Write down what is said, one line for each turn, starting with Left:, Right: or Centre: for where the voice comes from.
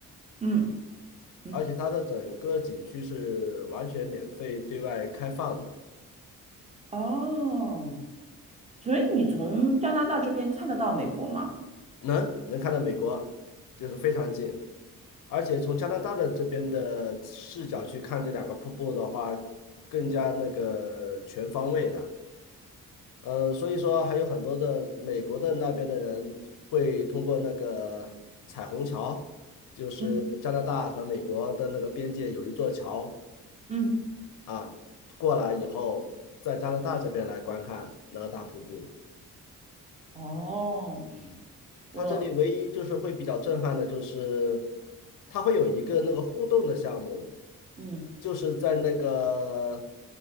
Right: 嗯，嗯
Left: 而且它的整个景区是完全免费对外开放的。
Right: 哦，所以你从加拿大这边看得到美国吗？
Left: 能能看到美国，就是非常近，而且从加拿大的这边的视角去看这两个瀑布的话，更加那个全方位的。呃，所以说还有很多的美国的那边的人会通过那个彩虹桥，就是加拿大和美国的那个边界有一座桥
Right: 嗯嗯，
Left: 啊，过来以后，在加拿大这边来观看那个大瀑布。
Right: 哦，
Left: 嗯，它这里唯一就是会比较震撼的，
Right: 我
Left: 就是它会有一个那个互动的项目，
Right: 嗯
Left: 就是在那个